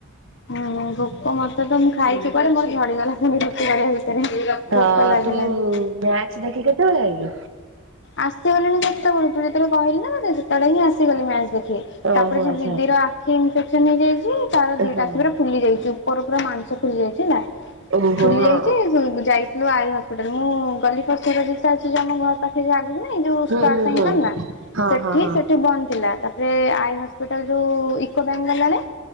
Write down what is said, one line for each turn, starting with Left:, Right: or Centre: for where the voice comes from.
Left: ହୁଁ ହୁଁ ଭୋକ ମତେ ତ ମୁଁ ଖାଇଛି ପରେ ମୋର ଝଡିଗଲା ପୁଣି ରୁଟି କରିବା ଭିତରେ
Right: ହଁ
Left: ଭୋକ ଲାଗିଲାଣିି।
Right: ତୁ ମ୍ୟାଚ୍ ଦେଖି କେତେବେଳେ ଆଇଲୁ?
Left: ଆସିଗଲିଣି କେତେବେଳୁ ତୁ ଯେତେବେଳେ କହିଲି ନା ତତେ ସେତେବେଳେ ହିଁ ଆସିଗଲି ମ୍ୟାଚ ଦେଖି।
Right: ଓହୋ
Left: ତାପରେ ସେ
Right: ଆଚ୍ଛା
Left: ଦିଦିର
Right: ଆଚ୍ଛା।
Left: କି ଇନଫେକ୍ସନ ହେଇଯାଇଛି ତାର ଦିଟା
Right: ହଁ
Left: ଆଖୀପୁରା ଫୁଲି ଯାଇଛି ଉପର ପୁରା ମାଂସ ଫୁଲି ଯାଇଛି ହେଲା।
Right: ଓହୋ
Left: ଫୁଲି
Right: ହଁ
Left: ଯାଇଛି ଯାଇଥିଲୁ ଆଇ ହସ୍ପିଟାଲ ମୁଁ ଗଲି <unintelligible> ଆମ ଘର ପାଖରେ ସେ ଯୋଉ ଆଗକୁ ନାଇଁ ଯଉ <unintelligible>
Right: ହୁଁ ହୁଁ ହୁଁ ହଁ
Left: ସେଠି
Right: ହଁ ହଁ
Left: ସେଠି ବନ୍ଦ ଥିଲା ତା ତାପରେ ଆଇ ହସ୍ପିଟାଲ ଯୋଉ ୟୁକୋ ବ୍ୟାଙ୍କ ଗଲାବେଳେ